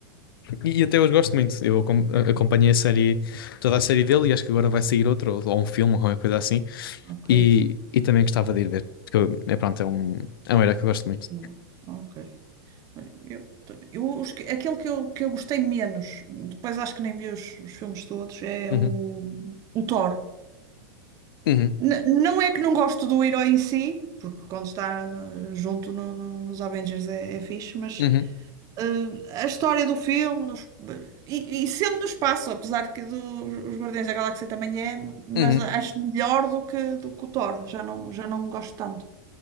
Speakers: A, on the left (about 75°); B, on the right (about 30°).
A: E, e até hoje gosto muito. Eu acom- a- acompanhei a série, toda a série dele, e acho que agora vai sair outro, ou ou um filme, ou qualquer coisa assim.
B: Ok.
A: E, e também gostava de ir ver, porque eu- é pronto, é um, é um herói que eu gosto muito.
B: Boa, Ok. Olha, Eu, eu, os que- aquele que eu, que eu gostei menos, depois acho que nem vi os, os filmes todos, é
A: Uhum,
B: o, o Thor.
A: uhum,
B: N- não é que não gosto do herói em si, porque quando está no- junto no- no- nos Avengers é, é fixe, mas
A: uhum,
B: eh, a história do filme nos- e, e sendo no espaço, apesar de que do- os Guardiões da Galáxia também é, mas
A: uhum.
B: acho melhor do que, do que o Thor, já não, já não gosto tanto.